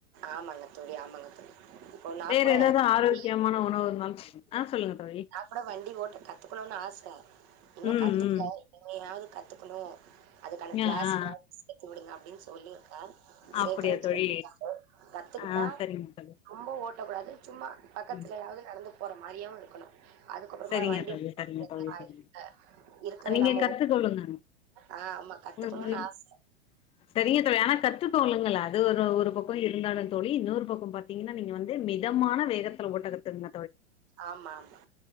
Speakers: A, on the right; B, on the left.
A: ஆமாங்க தோழி, ஆமாங்க தோழி. இப்போ நான்
B: வேற
A: கூட
B: எதாது
A: வண்டி
B: ஆரோக்கியமான உணவு இருந்தாலு ஆ சொல்லுங்க தோழி
A: நா கூட வண்டி ஓட்ட கத்துக்குணுனு ஆச இன்னு
B: ம்
A: கத்துக்ல
B: ம்
A: இனிமேயாது ணு அதுக்கான கிளாஸ்
B: ஆ ஆ
A: யாது சேத்தி விடுங்க அப்டின் சொல்லிருக்கே சேக்ரேன்
B: அப்டியா தோழி
A: சொல்லிருக்காரு கத்துக்கிட்ட
B: ஆ சரிங்க தோழி
A: ரொம்ப ஓ ட்டக்கூடாது சும்மா பக்கத்துலயாது
B: ம்
A: நடந்து போற மாரியு இருக்குணு அதுக்கப்றமா
B: சரிங்க
A: வண்டி
B: தோழி சரிங்க தோழி சரிங்க
A: <inaudible> இருக்கற
B: நீங்க
A: நம்ம
B: கத்துக்கொள்ளுங்க
A: ஆ ஆமா கத்துக்குணுன்
B: ம் ம்
A: ஆச
B: சரிங்க தோழி ஆனா கத்து <unintelligible> அது ஒரு ஒரு பக்கோ இருந்தாலு தோழி இன்னொரு பக்கோ பாத்தீங்கன்னா நீங்க வந்து மெ தமான வேகத்துல ஓட்ட கத்துக்குங்
A: ஆமா ஆமா